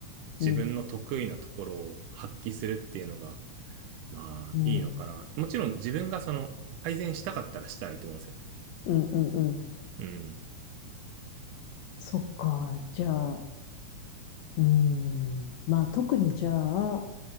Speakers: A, on the right; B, on the left.
A: 自分の得意なところを発揮するっていうのが、
B: うん。
A: まあいいのかな。
B: うん。
A: もちろん自分がその改善したかったらしたらいいと思うんですよね。
B: うんうんうん。
A: うん。
B: そっか。じゃあ、うん。まあ特にじゃあ、